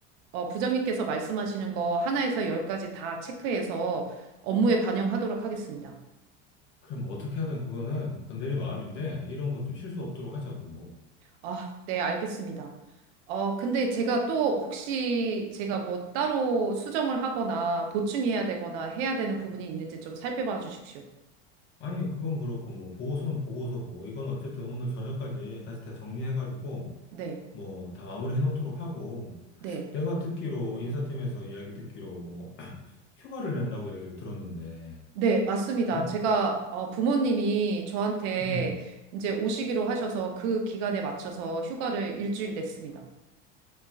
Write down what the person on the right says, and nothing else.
어, 부장님께서 말씀하시는 거 하나에서 열까지 다 체크해서 업무에 반영하도록 하겠습니다.
아, 네, 알겠습니다. 어, 근데 제가 또 혹시 제가 뭐 따로 수정을 하거나 보충해야 되거나 해야 되는 부분이 있는지 좀 살펴봐 주십시오.
네,
네,
네, 맞습니다.
제가 어, 부모님이 저한테
이제 오시기로 하셔서 그 기간에 맞춰서 휴가를 일주일 냈습니다.